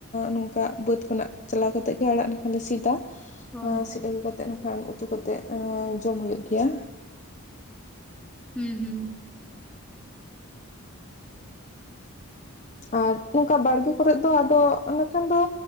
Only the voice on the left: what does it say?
ᱱᱚᱝᱠᱟ ᱵᱟᱹᱫᱽ ᱠᱷᱚᱱᱟᱜ ᱪᱟᱞᱟᱣ ᱠᱟᱛᱮᱜ ᱜᱮ ᱟᱲᱟᱜ ᱞᱮ ᱥᱤᱫᱟ,
ᱥᱤᱫ ᱟᱹᱜᱩ ᱠᱟᱛᱮᱜ ᱱᱟᱠᱷᱟᱱ ᱩᱛᱩ ᱠᱟᱛᱮᱜ ᱡᱚᱢ ᱦᱩᱭᱩᱜ ᱜᱮᱭᱟ᱾
ᱟᱨ ᱱᱚᱝᱠᱟ ᱵᱟᱲᱜᱮ ᱠᱚᱨᱮ ᱫᱚ, ᱟᱫᱚ ᱱᱟᱜ ᱠᱷᱟᱱ ᱫᱚ